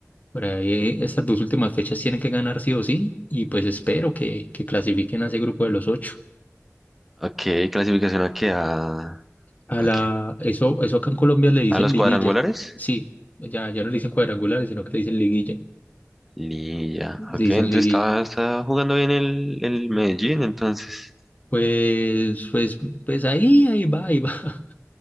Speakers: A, on the left; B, in the centre.
A: Por ahí eh, estas dos últimas fechas tienen que ganar sí o sí y pues espero que, que clasifiquen a ese grupo de los ocho.
B: Ok, clasificación aquí a,
A: A
B: a
A: la,
B: qué?
A: eso, eso acá en Colombia le dicen
B: ¿A los
A: liguilla.
B: cuadrangulares.
A: Sí, ya, ya no le dicen cuadrangulares, sino que le dicen liguilla.
B: Y ya,
A: Le
B: ok,
A: dicen
B: entonces
A: liguilla.
B: está, está jugando bien el, el Medellín, entonces
A: Pues, pues, pues ahí, ahí va, ahí va. <laughs>